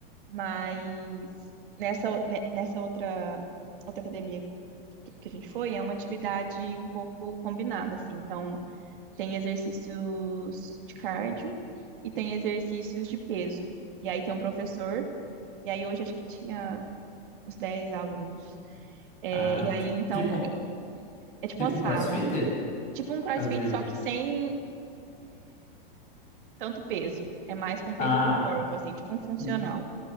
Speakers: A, on the right; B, on the left.
A: Mas nessa, o- ne- nessa outra, outra academia que que a gente foi, é uma atividade um pouco combinada, assim. Então, tem exercícios de cardio e tem exercícios de peso. E aí tem um professor, e aí hoje acho que tinha uns 10 alunos. É,
B: Ah,
A: e aí,
B: ti-
A: então,
B: tipo,
A: é tipo
B: tipo
A: uma sala.
B: um CrossFit?
A: Tipo um CrossFit,
B: Eu digo.
A: só que sem tanto peso, é mais com o peso
B: Ah,
A: do corpo, assim, tipo um funcional.
B: hum,